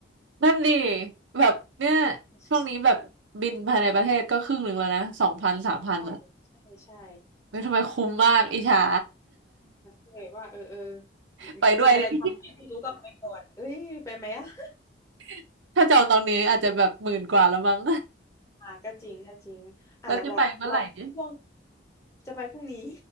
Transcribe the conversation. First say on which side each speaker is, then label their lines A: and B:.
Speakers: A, on the right; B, on the left.
A: นั่นดิแบบเนี่ย
B: <laughs>
A: ช่วงนี้แบบบินภายในประเทศก็ครึ่งหนึ่งแล้วนะสองพันสามพันอ่ะ
B: ใช่ใช่ใช่
A: เฮ้ยทำไมคุ้มมากอิจฉา
B: ใช่แล้วก็เลยว่าเออเออ
A: <laughs>
B: มมีอะไรทำไหมที่รู้ก็ไปก่อนเอ้ยไปไหมอะ
A: ไปด้วยเนี่ย
B: <laughs>
A: <laughs> ถ้าจองตอนนี้อาจจะแบบหมื่นกว่าแล้วมั้ง
B: อ่ะก็จริงก็จริงอาจจะบอกเราช่วง
A: <laughs> แล้วจะไปเมื่อไหร่เนี่ย
B: จะไปพรุ่งนี้